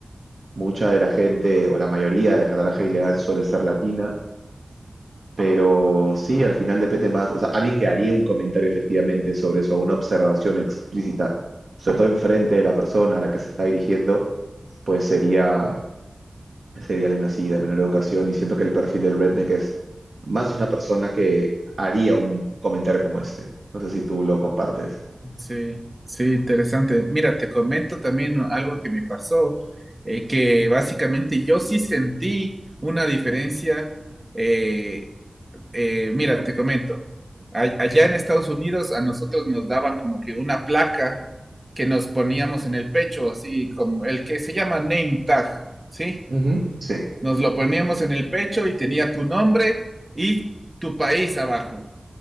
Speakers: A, on the right (about 65°); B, on the right (about 25°).
A: mucha de la gente o la mayoría de la que trabaja ilegal suele ser latina, pero sí, al final depende más, o sea, alguien que haría un comentario efectivamente sobre eso, una observación explícita, sobre todo enfrente de la persona a la que se está dirigiendo, pues sería sería alguien así de menor educación y siento que el perfil del redneck es más una persona que haría un comentario como este. No sé si tú lo compartes.
B: Sí, sí, interesante. Mira, te comento también algo que me pasó, eh, que básicamente yo sí sentí una diferencia. eh, eh, mira, te comento, a- allá en Estados Unidos a nosotros nos daban como que una placa que nos poníamos en el pecho, así como el que se llama name tag, ¿sí?
A: Ujú. Sí.
B: Nos lo poníamos en el pecho y tenía tu nombre y tu país abajo.